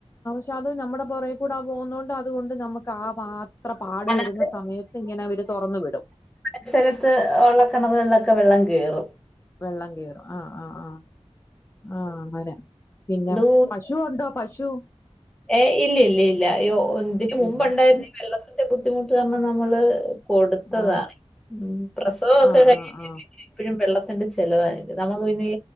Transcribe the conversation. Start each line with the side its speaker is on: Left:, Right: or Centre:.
Left: ചത് നമ്മടെ പൊറേ കൂടെ ആഹ് പോകുന്നോണ്ട് അതുകൊണ്ട് നമ്മുക്ക് ആഹ് ഭാ ത്ര പാട്
Centre: അല്ലാതെ
Left: വെരുന്ന സമയത്തിങ്ങനെ അവര് തൊറന്ന് വിടും.
Centre: എ ചെലത്ത് ഒള്ള കെണറുകൾലൊക്ക വെള്ളം കേറും
Left: വെള്ളം കേറും അ അ അ ആഹ് അങ്ങനെ പിനെ
Centre: ദൂ
Left: പശു ഉണ്ടോ പശു.
Centre: ഏ ഇല്ലില്ലില്ല യ്യോ ഇന്തിക്ക് മുമ്പ്ണ്ടായിര്ന്നേ
Left: ഇ-
Centre: വെള്ളത്തിൻ്റെ ബുദ്ധിമുട്ട് കാരണം ന്നമ്മള് കൊടുത്തതാണെ
Left: ആ
Centre: ഉം പ്രസവൊക്കെ
Left: ആ
Centre: കഴിഞ്ഞ്
Left: ആ
Centre: ച്ച്
Left: ആ
Centre: ച്ച് ച്ച് എപ്പഴും വെള്ളത്തിന്റെ ചെലവായിരിക്കും നമക്ക് പിനെ-